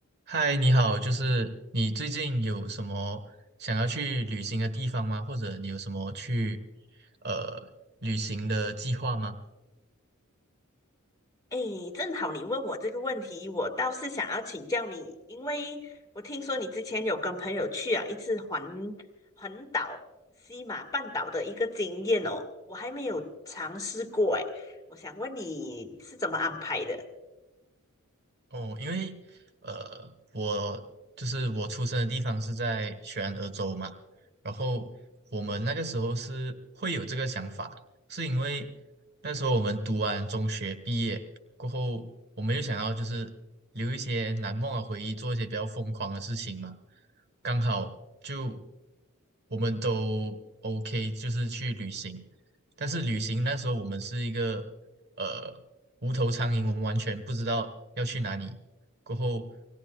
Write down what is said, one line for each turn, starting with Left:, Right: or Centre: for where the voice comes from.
Right: 嗨，你好，就是你最近有什么想要去旅行的地方吗？或者你有什么去呃旅行的计划吗？
Left: 哎，正好你问我这个问题，我倒是想要请教你，因为我听说你之前有跟朋友去啊一次环环岛西马半岛的一个经验哦，我还没有尝试过哎，我想问你是怎么安排的？
Right: 哦，因为呃，我就是我出生的地方是在全俄州嘛，然后我们那个时候是会有这个想法，是因为那时候我们读完中学毕业过后，我们又想要就是留一些难忘的回忆，做一些比较疯狂的事情嘛，刚好就我们都 OK，就是去旅行，但是旅行那时候我们是一个。呃无头苍蝇，我们完全不知道要去哪里。过后